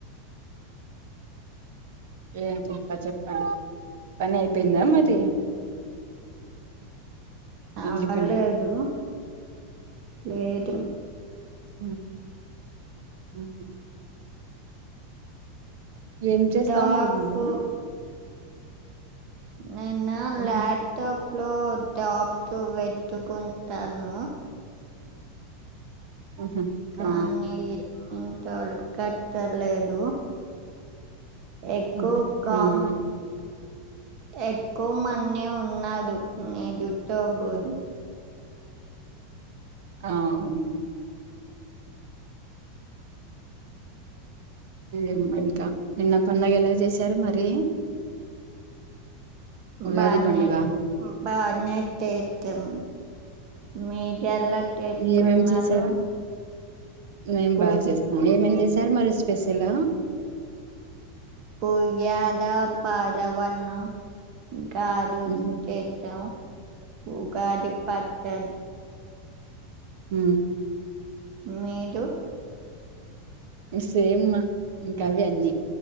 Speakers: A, on the right; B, on the right.
A: ఏంటింకా చెప్పండి పని అయిపోయిందా మరి ఇంటి
B: అవ్వలేదు
A: పని
B: లేదు
A: ఉ ఉ ఏం చేస్తావు
B: దాస్కూ
A: మరి నువ్వు
B: నిన్న
A: ఉహు,
B: లాప్టాప్ లో టాప్ తో వెట్టుకుంటాను,
A: ఉహు,
B: కానీ
A: ఆ
B: ఇంతకట్టలేదు ఎగ్
A: ఉహు,
B: కమ్
A: ఉమ్,
B: ఎక్కువ మన్నే ఉన్నాడు నది తగూదు
A: ఆ అవును ఎమ్మా ఇంకా నిన్న పండుగ ఎలా చేశారు మరి ఉగాది
B: బాగానే
A: పండుగ
B: బాగానే చెచము మీరు ఎలా చేసుకున్నారు
A: ఏమేం చేశారు మేం
B: పు
A: బాగా చేసుకున్నాం ఏమేం చేశారు మరి స్పెషల్
B: పులిహోర, పరవాన్నం కాదు
A: ఉహు
B: ద చేతం ఉగాది పచ్చడి,
A: ఉ
B: మీరు
A: సేమ్మా ఇంక అవి అన్నీ